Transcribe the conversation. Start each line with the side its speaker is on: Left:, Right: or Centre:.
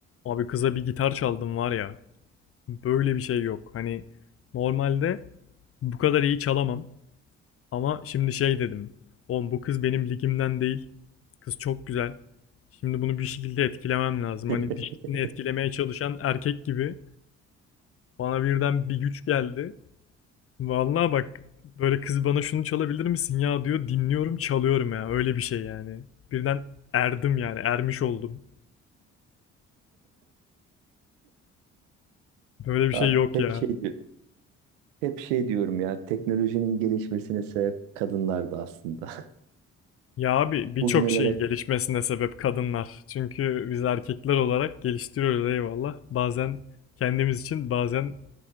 Left: Abi kıza bir gitar çaldım var ya. Böyle bir şey yok. Hani normalde bu kadar iyi çalamam. Ama şimdi şey dedim. Oğlum bu kız benim ligimden değil. Kız çok güzel. Şimdi bunu bir şekilde etkilemem lazım.
Right: <laughs>
Left: Hani dişisini etkilemeye çalışan erkek gibi bana birden bir güç geldi. Vallahi bak böyle kız bana şunu çalabilir misin ya diyor. Dinliyorum çalıyorum ya. Öyle bir şey yani. Birden erdim yani ermiş oldum. Böyle bir
Right: Ha,
Left: şey yok
Right: hep
Left: ya.
Right: şey diyor. Hep şey diyorum ya. Teknolojinin gelişmesine sebep kadınlardı aslında.
Left: Ya abi birçok
Right: <laughs> Bugünlere
Left: şeyin gelişmesine sebep kadınlar. Çünkü biz erkekler olarak geliştiriyoruz eyvallah. Bazen kendimiz için bazen